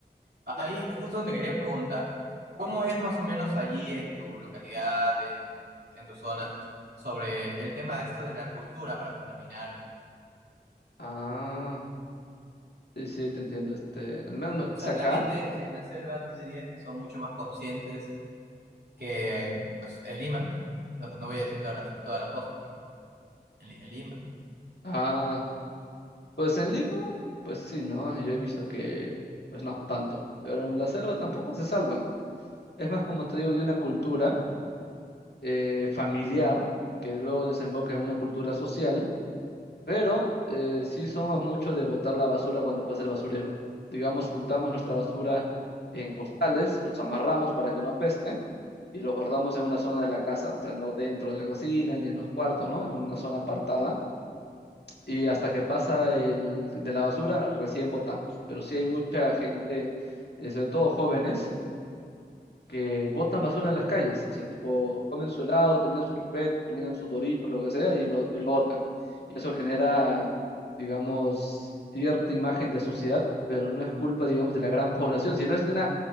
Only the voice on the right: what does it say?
A- Ahí justo te quería preguntar, ¿cómo es más o menos allí en tu localidad, en, en tu zona, sobre el tema de esto de la cultura para contaminar?
O
sea,
la gente en la selva, tú dirías que son mucho más conscientes que, pues, en Lima. No, sé, no voy a decir toda la, toda la costa, pero en, Li- en Lima.